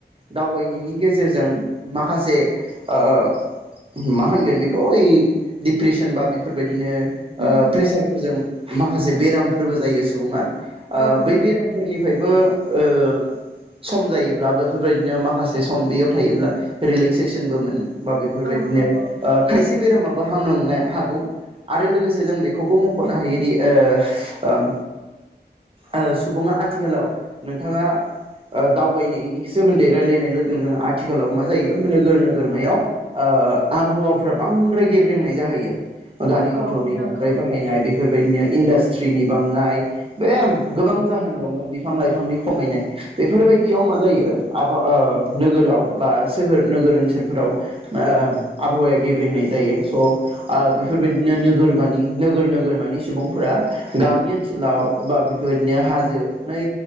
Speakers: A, on the right (about 30°); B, on the right (about 80°).
A: दावबायनायनि गेजेरजों माखासे ओ मा होनगोन बेखौ ओइ डिप्रेसन बा बेफोरबायदिनो ओ
B: होम
A: प्रेसारफोरजों माखासे बेरामफोरबो जायो सुबुङा। ओ
B: होम
A: बै बेरामफोरनिफ्रायबो ओ सम जायोब्ला बेफोरबायदिनो माखासे सम बेयाव थायोब्ला रिलेक्सेसनबो मोनो। बा बेफोरबायदिनो
B: औ नंगौ
A: ओ खायसे बेरामाबो हामलां नो हागौ। आरो लोगोसे जों बेखौबो मुंख'नो हायोदि ओ ओम ओह सुबुङा आथिखालाव नोंथाङा ओ दावबायनायनि सोमोन्दै रायज्लायनाय लोगो लोगोनो आ थिखालाव मा जायो नोगोर नोगोरमायाव ओह आबहावाफ्रा बांद्राय गेब्रेेंनाय जाहैयो। गारि मटरनि
B: औ नंगौ
A: बांद्राय बाहायनाय बे बेफोरबायदिनो इन्डासट्रिनि बांनाय बे गोबां जाहोन
B: होम
A: दङ बिफां लाइफांनि खमायनाय बेफोरबायदियाव
B: होम
A: मा जायो आबा ओ नोगोराव बा सोहोर नोगोर ओनसोलफोराव ओ आबहावाया गेब्रेंंनाय जायो। स' ओ
B: औ
A: बेफोरबायदिनो
B: नंगौ
A: नोगोरमानि नोगोर नोगोरमानि सुबुंफोरा गामि ओनसोलाव बा बेफोरबायदिनो हाजो नै